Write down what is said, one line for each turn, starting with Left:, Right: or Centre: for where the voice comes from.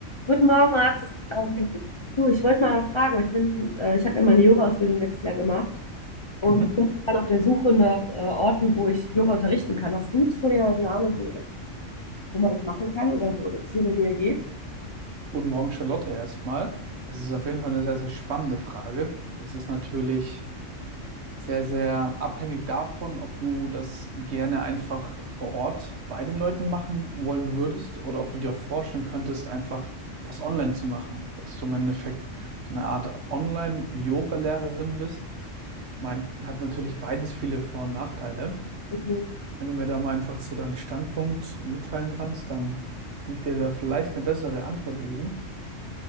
Left: Guten Morgen, Max. Ähm, du, ich wollte mal fragen, ich bin, äh, ich habe ja meine Yoga-Ausbildung letztes Jahr gemacht und
Right: Mhm.
Left: bin dann auf der Suche nach äh, Orten, wo ich Yoga unterrichten kann. Hast du zufälligerweise eine Ahnung, wo, wo man das machen kann oder wo das hier in der Nähe geht?
Right: Guten Morgen, Charlotte, erstmal. Das ist auf jeden Fall eine sehr, sehr spannende Frage. Es ist natürlich sehr, sehr abhängig davon, ob du das gerne einfach vor Ort bei den Leuten machen wollen würdest oder ob du dir auch vorstellen könntest, einfach das online zu machen, dass du im Endeffekt so eine Art Online-Yoga-Lehrerin bist. Ich meine, hat natürlich beides viele Vor- und Nachteile.
Left: Mhm.
Right: Wenn du mir da mal einfach so deinen Standpunkt mitteilen kannst, dann kann ich dir da vielleicht eine bessere Antwort geben.